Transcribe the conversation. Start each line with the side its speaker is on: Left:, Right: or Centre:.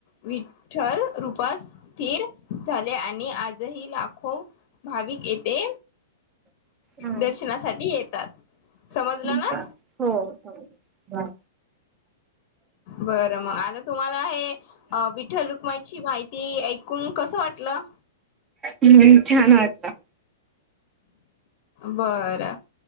Left: विठ्ठल रूपात स्थिर झाले आणि आजही, लाखो भाविक येथे
Right: हा
Left: दर्शनासाठी येतात.
Right: <unintelligible>
Left: समजलं ना?
Right: हो.. हो
Left: बरं, मग आता तुम्हाला हे अं.. विठ्ठल-रुक्माईची, माहिती ऐकून कसं वाटलं?
Right: हम्म, छान वाटलं
Left: बरं,